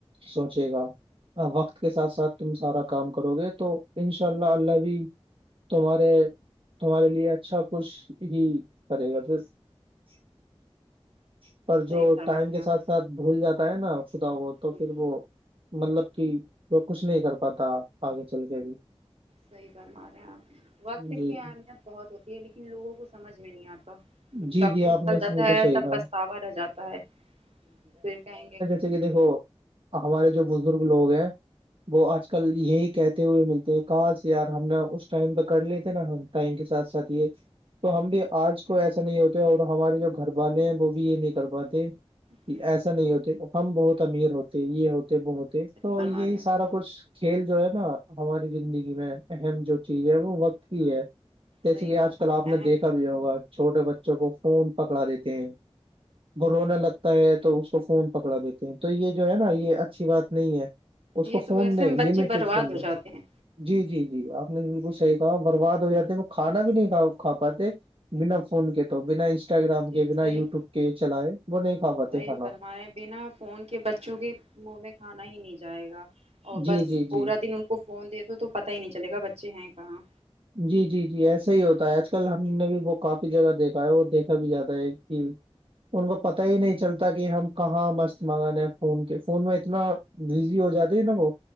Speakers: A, on the right (about 55°); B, on the right (about 80°).
A: سوچے گا وقت کے ساتھ ساتھ تم سارا کام کرو گے تو انشاء اللہ اللہ بھی تمہارے تمہارے لیے اچھا کچھ ہی کرے گا پھر <unintelligible> پر
B: صحیح
A: جو
B: فرما
A: ٹائم
B: رہے
A: کے
B: ہیں
A: ساتھ
B: آپ
A: ساتھ بھول جاتا ہے نا خدا وہ تو
B: جی
A: پھر وہ مطلب کہ وہ کچھ نہیں کر پاتا آگے چل کے بھی
B: صحیح فرما رہے ہیں آپ وقت کی
A: جی
B: اہمیت بہت ہوتی ہے لیکن لوگوں کو سمجھ میں نہیں آتا جب
A: جی
B: وک
A: جی آپ
B: نکل
A: نے
B: جاتا
A: بالکل
B: ہے
A: صحیح
B: تب
A: کہا
B: پچھتاوا رہ جاتا ہے پھر کہیں گے
A: جے کہ دیکھو ہمارے جو بزرگ لوگ ہیں وہ آج کل یہی کہتے ہوئے ملتے ہیں کہاں سے یار ہم نے اس ٹائم پہ کر لیے تھے نا ہم ائم کے ساتھ ساتھ یہ تو ہم بھی آج اس کو ایسا نہیں ہوتا اور ہمارے جو گھر والے ہیں وہ بھی یہ نہیں کر پاتے کہ
B: جی،
A: ایسا نہیں ہوتے ہم بہت امیر ہوتے یہ ہوتے وہ ہوتے تو
B: فرما
A: یہی
B: رہے ہیں
A: سارا کچھ کھیل جو ہے نا ہماری زندگی میں اہم جو چیز ہے وہ وقت ہی ہے جیسے
B: صحیح
A: کہ آج
B: بات
A: کل آپ نے
B: اہم
A: دیکھا ہوگا چھوٹے بچوں کو فون پکڑا دیتے ہیں ب رونا لگتا ہے تو اس کو فون پکڑا دیتے ہیں تو یہ جو ہے نا یہ اچھی بات نہیں ہے اس
B: یہ
A: کو
B: تو
A: فون
B: ویسے
A: دیں
B: ہم بچے
A: لمیٹڈ
B: برباد
A: فون
B: ہو
A: دیں
B: جاتے ہیں
A: جی جی جی آپ نے بالکل صحیح کہا برباد ہو جاتے وہ کھانا بھی نہیںا کھا پاتے بنا فون کے تو بنا انسٹاگرام کے
B: جی
A: بنا
B: صحیح
A: یوٹیوب کے چلائے وہ نہیں کھا پاتے
B: صحیح
A: کھانا
B: فرما رہے ہیں بنا فون کے بچوں کے منہ میں کھانا ہی نہیں جائے گا اور بس
A: جی جی جی
B: پورا دن ان کو فون دے دو تو پتا ہی نہیں چل گا بچے ہیں کہاں
A: جی جی جی ایسا ہی ہوتا ہے آج کل ہم نے بھی وہ کافی جگہ دیکھا ہے اور دیکھا بھی جاتا ہے کہ ان کو پت ہی نہیں چلتا کہ ہم کہاں مست منگانے ہیں فون کے فون میں اتنا بزی ہو جاتی ہے نا وہ